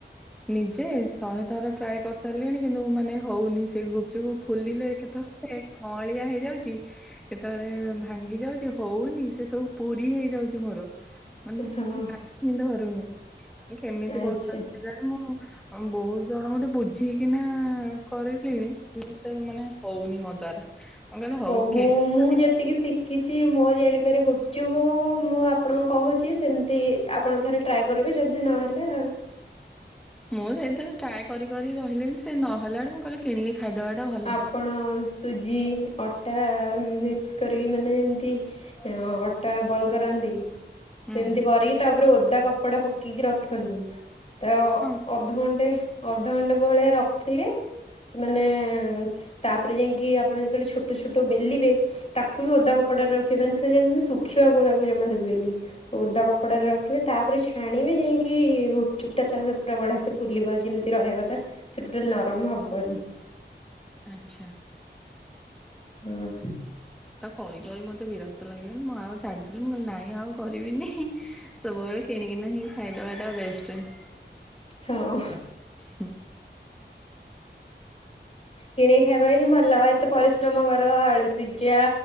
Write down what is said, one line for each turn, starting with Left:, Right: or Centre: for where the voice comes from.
Centre: ନିଜେ ଶହେ ଥର ଟ୍ରାଏ କରିସାରିଲେଣି, କିନ୍ତୁ ମାନେ ହଉନି ସେ ଗୁପ୍ ଚୁପ୍ ଫୁଲିଲେ କେତେବେଳେ ଖଁଳିଆ ହେଇଯାଉ ଛି କେତେବେଳେ ଭାଙ୍ଗି ଯାଉଛି ହଉନି, ସେ ସବୁ ପୁରୀ ହେଇଯାଉଛି ମୋର। ମାନେ ଟୋଟାଲ
Left: ହଁ
Centre: <unintelligible> ଧରୁନି। କେମିତି
Left: ଆଚ୍ଛା।
Centre: କରୁଛନ୍ତି କେଜାଣି? ମୁଁ ବହୁତ ଜଣ ଗୋଟେ ବୁଝିକିନା କରିଲିଣି, କିନ୍ତୁ ସେ ମାନେ ହଉନି ମୋ ଦ୍ଵାରା। ମୁଁ କହିଲି
Left: ହଉ ମୁଁ
Centre: କିଣିକି
Left: -ମୁଁ
Centre: ଖାଇଦିଅ
Left: ଯେତିକି ଶିଖିଛି, ମୋ ଜାଣିବା ରେ ଗୁପଚୁପ୍ ମୁଁ ଆପଣଙ୍କୁ କହୁଛି, ସେମିତି ଆପଣ ଥରେ ଟ୍ରାଏ କରିବେ। ଯଦି ନହେଲା
Centre: ମୁଁ ସେଇ ଥେରେ ଟ୍ରାଏ କରି କରି ରହିଲିଣି, ସେ ନହେଲା ରୁ ମୁଁ କହିଲି କିଣିକି ଖାଇଦବା ଟା ଭଲ।
Left: ଆପଣ ସୁଜି ଅଟା ମିକ୍ସ କରିକି, ମାନେ ଏମିତି ଅଟା ବଲ୍ କରାନ୍ତି।
Centre: ହୁଁ
Left: ସେମିତି କରିକି, ତାପରେ ଓଦା କପଡା ପକେଇକି ରଖନ୍ତୁ। ତ
Centre: ହଁ
Left: ଅଧଘଣ୍ଟେ ଅଧଘଣ୍ଟେ ଭଳିଆ ରଖିଲେ ମାନେ ତାପରେ ଯାଇକି ଆପଣ ଯେତେବେଳେ ଛୋଟ ଛୋଟ ବେଲିବେ, ତାକୁ ବି ଓଦା କପଡ଼ାରେ ର ରଖିବେ ସେ ଯେମିତି ଶୁଖିବାକୁ ତାକୁ ଜମା ଦେବେନି। ଓଦା କପଡାରେ ରଖିବେ, ତାପରେ ଛାଣିବେ ଯାଇ କି ଗୁପଚୁପ୍ ଟା ତ ପୁରା ବଢିଆ ସେ ଫୁଲିବ। ଯେମିତି ରହିବା କଥା, ସେ ଟୋଟାଲ ନରମ ହବନି।
Centre: ଆଚ୍ଛା।
Left: ହଁ।
Centre: ତାକୁ କରି କରି ମତେ ବିରକ୍ତ ଲାଗିଲା ଣି ମୁଁ ଆଉ ଛାଡିଦେଲି, ମୁଁ କହିଲି ନାଇଁ ଆଉ କରିବିନି ସବୁବେଳେ କିଣିକିନା ହି ଖାଇଦବା ଟା ବେଷ୍ଟ। ହ
Left: ହଁ।
Centre: ହୁଁ।
Left: କିଣିକି ଖାଇବା ହିଁ ଭଲ। ଏତେ ପରି ଶ୍ରମ କର ଆଳୁ ସିଝା,